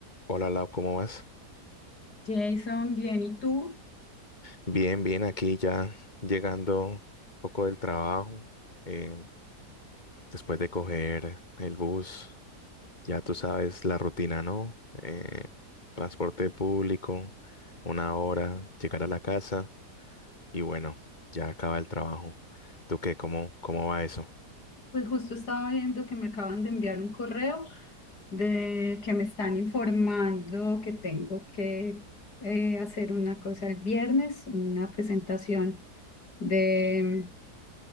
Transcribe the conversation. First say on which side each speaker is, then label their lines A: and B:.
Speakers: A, on the left; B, on the left.
A: Hola Lau, ¿cómo vas?
B: Jason, bien, ¿y tú?
A: Bien, bien, aquí ya llegando un poco del trabajo, eh, después de coger el bus, ya tú sabes la rutina, ¿no? Eh, transporte público, una hora, llegar a la casa y bueno, ya acaba el trabajo. ¿Tú qué? ¿Cómo, cómo va eso?
B: Pues justo estaba viendo que me acaban de enviar un correo de que me están informando que tengo que eh, hacer una cosa el viernes, una presentación de,